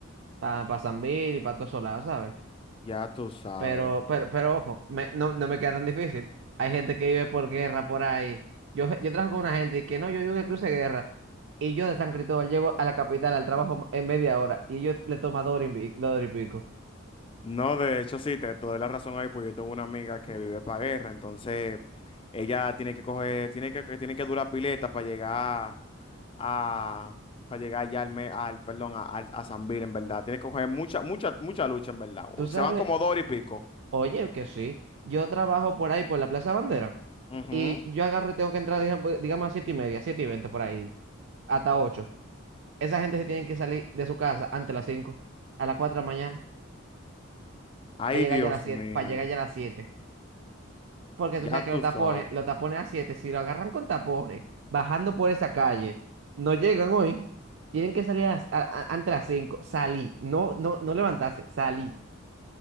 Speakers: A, on the right; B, on the left.
A: para San Bill y para todos esos lados, ¿sabes?
B: ya tú sabes.
A: Pero, pero, pero ojo, me- no, no me queda tan difícil. Hay gente que vive por guerra por ahí. Yo, yo trabajo con una gente y que no, yo vivo en el cruce de guerra. Y yo de San Cristóbal llego a la capital, al trabajo en media hora. Y yo le tomo dos horas y, pi- dos horas y pico.
B: No, de hecho sí, te, te doy la razón ahí, Pues yo tengo una amiga que vive para guerra, entonces ella tiene que coger, tiene que, que tiene que durar pileta para llegar a, para llegar ya al, me- al perdón, a, al- a San Bill, en verdad. Tiene que coger mucha, mucha, mucha lucha, en verdad.
A: Tú
B: O-
A: sabes,
B: Se van como dos horas y pico.
A: oye, que sí. Yo trabajo por ahí, por la Plaza Bandera.
B: Ujú.
A: Y yo agarro y tengo que entrar, digamos, digamos, a siete y media, siete y veinte por ahí, hasta ocho. Esa gente se tiene que salir de su casa antes de las cinco, a las cuatro de la mañana,
B: Ay,
A: para llegar
B: Dios
A: ya a las siete,
B: mío,
A: para llegar ya a las siete. Porque
B: ya
A: tú sabes
B: tú
A: que los tapones,
B: sabes.
A: los tapones a 7 si lo agarran con tapones, bajando por esa calle, no llegan hoy, tienen que salir a las- a- a- antes de las 5 salí, no, no, no levantarse, salí.